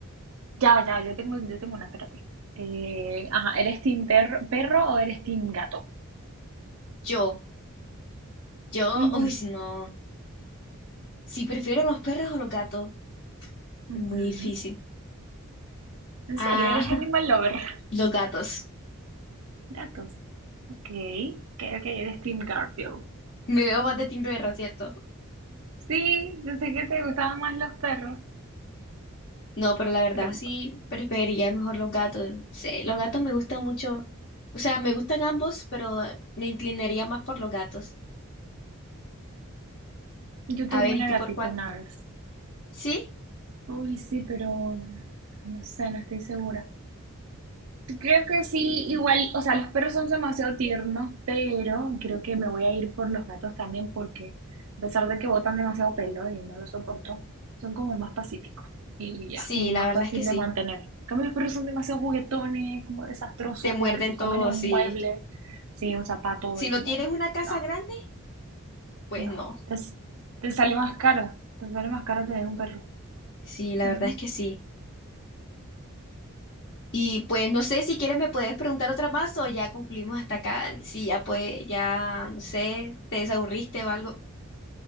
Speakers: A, on the right (about 70°); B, on the left (about 50°).
A: Ya, ya, yo tengo, yo tengo una, espérate. Eh, ajá, ¿eres team perro, perro o eres team gato?
B: Yo, yo,
A: Ujú,
B: uy, no. Si prefiero los perros o los gatos, muy
A: ujú.
B: difícil.
A: ¿En
B: Ah,
A: serio? ¿Eres
B: <laughs>
A: animal lover?
B: los gatos.
A: Gatos. Ok, ok, ok, eres team Garfield.
B: Me veo más de Tim Berra, ¿cierto?
A: Sí, pensé que te gustaban más los perros,
B: No, pero la verdad
A: pero
B: sí preferiría mejor los gatos. Sí, los gatos me gustan mucho. O sea, me gustan ambos, pero me inclinaría más por los gatos.
A: Yo
B: A
A: tuve
B: ver,
A: una
B: ¿y tú
A: gatita
B: por cuál?
A: una vez.
B: Sí,
A: Uy, sí, pero no sé, no estoy segura. Creo que sí, igual, o sea, los perros son demasiado tiernos, pero creo que me voy a ir por los gatos también porque a pesar de que botan demasiado pelo y no lo soporto, son como más pacíficos y
B: sí,
A: ya, como
B: la
A: más
B: verdad
A: fácil
B: es que sí.
A: de mantener. En cambio, los perros son demasiado juguetones, como desastrosos,
B: Te muerden
A: como que se
B: todo,
A: comen un
B: sí.
A: mueble, sí, un zapato,
B: Si
A: es
B: no
A: como,
B: tienes una casa
A: no,
B: grande, pues
A: no,
B: no.
A: te, te sale más caro, te sale más caro tener un perro.
B: Sí, la
A: Ujú.
B: verdad es que sí. Y pues no sé si quieres me puedes preguntar otra más o ya concluimos hasta acá. Si ya pues, ya no sé, te desaburriste o algo.